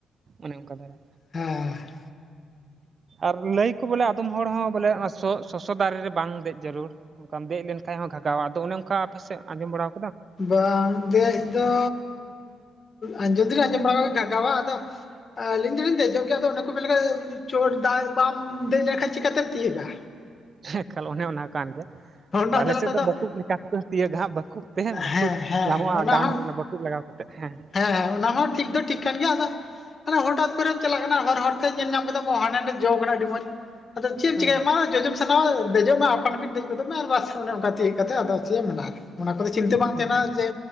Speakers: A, on the right; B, on the left.
A: ᱚᱱᱮ ᱚᱱᱠᱟ ᱫᱷᱟᱨᱟ᱾
B: <unintelligible>
A: ᱟᱨ ᱞᱟᱹᱭ ᱠᱚ ᱵᱚᱞᱮ ᱟᱫᱚᱢ ᱦᱚᱲ ᱦᱚᱸ ᱵᱚᱞᱮ ᱚᱱᱟ ᱥᱚᱜ ᱥᱚᱥᱚ ᱫᱟᱨᱮ ᱨᱮ ᱵᱟᱝ ᱫᱮᱡ ᱡᱟᱹᱨᱩᱲ᱾ ᱚᱱᱠᱟᱢ ᱫᱮᱡ ᱞᱮᱱᱠᱷᱟᱡ ᱦᱚᱸ ᱜᱷᱟᱜᱷᱟᱣᱟ ᱟᱫᱚ ᱚᱱᱮ ᱚᱱᱠᱟ ᱟᱯᱮᱥᱮᱫ ᱟᱸᱡᱚᱢ ᱵᱟᱲᱟᱣᱼᱼ
B: ᱵᱟᱝ ᱫᱮᱡ ᱫᱚ ᱟᱸᱡᱚᱢ ᱫᱚᱞᱤᱧ ᱟᱸᱡᱚᱢ ᱵᱟᱲᱟᱣᱟᱠᱟᱜ ᱠᱚᱣᱟ ᱜᱷᱟᱜᱷᱟᱣᱟ ᱟᱫᱚ, ᱟᱹᱞᱤᱧ ᱫᱚᱞᱤᱧ ᱫᱮᱡᱚᱜ ᱜᱮᱭᱟ ᱟᱫᱚ ᱚᱱᱮ ᱠᱚ ᱢᱮᱱᱞᱮᱠᱟ ᱪᱚᱴ ᱫᱟ ᱵᱟᱢ ᱫᱮᱡ ᱞᱮᱱᱠᱷᱟᱡ ᱪᱤᱠᱟᱛᱮᱢ ᱛᱤᱭᱟᱹᱜᱟ᱾
A: ᱮᱸᱠᱷᱟᱞ ᱚᱱᱮ ᱚᱱᱟ ᱠᱟᱱ ᱜᱮᱭᱟ
B: ᱚᱱᱟ
A: ᱟᱫᱚ ᱟᱞᱮ
B: ᱡᱟᱞᱟᱛᱮ
A: ᱥᱮᱫ ᱫᱚ
B: ᱟᱫᱚ
A: ᱵᱟᱠᱩᱵ ᱞᱮᱠᱟᱛᱮ ᱠᱚ ᱛᱤᱭᱟᱹᱜᱟ ᱦᱟᱸᱜ ᱵᱟᱠᱩᱵ ᱛᱮ ᱵᱟᱠᱩᱵ
B: ᱦᱮᱸ ᱦᱮᱸ
A: ᱧᱟᱢᱚᱜᱼᱟ
B: ᱦᱮᱸ ᱚᱱᱟ
A: ᱰᱟᱝ
B: ᱦᱚᱸ
A: ᱨᱮᱱᱟᱜ ᱵᱟᱹᱠᱩᱵ ᱞᱟᱜᱟᱣ ᱠᱟᱛᱮᱫ ᱦᱮᱸ᱾
B: ᱦᱮᱸ ᱦᱮᱸ ᱚᱱᱟᱢᱟ ᱴᱷᱤᱠ ᱫᱚ ᱴᱷᱤᱠ ᱠᱟᱱ ᱜᱮᱭᱟ ᱟᱫᱚ ᱟᱫᱚ ᱦᱚᱴᱟᱛ ᱠᱚᱨᱮᱢ ᱪᱟᱞᱟᱜ ᱠᱟᱱᱟ ᱦᱚᱨ ᱦᱚᱨᱛᱮ ᱧᱮᱞ ᱧᱟᱢ ᱠᱮᱫᱟ ᱦᱟᱱᱦᱟᱸᱰᱮ ᱡᱚ ᱠᱟᱱᱟ ᱟᱹᱰᱤ ᱢᱚᱡᱽ ᱟᱫᱚᱢ ᱪᱮᱫ ᱮᱢ
A: ᱦᱩᱸ
B: ᱪᱮᱠᱟᱭᱟ ᱢᱟ ᱡᱚᱡᱚᱢ ᱥᱟᱱᱟᱣᱟ ᱫᱮᱡᱚᱜ ᱢᱮ ᱟᱯᱟᱱ ᱟᱹᱯᱤᱱ ᱫᱮᱼᱼ <inaudible> ᱢᱮ ᱟᱨ ᱵᱟᱥ ᱚᱱᱮ ᱚᱱᱠᱟ ᱛᱤᱭᱳᱜ ᱠᱟᱛᱮᱫ ᱟᱫᱚ ᱪᱮᱫ ᱮᱢ ᱢᱮᱱᱟᱜᱼᱟ ᱚᱱᱟ ᱠᱚᱫᱚ ᱪᱤᱱᱛᱟᱹ ᱵᱟᱝ
A: ᱦᱩᱸ
B: ᱛᱟᱦᱮᱱᱟ ᱡᱮ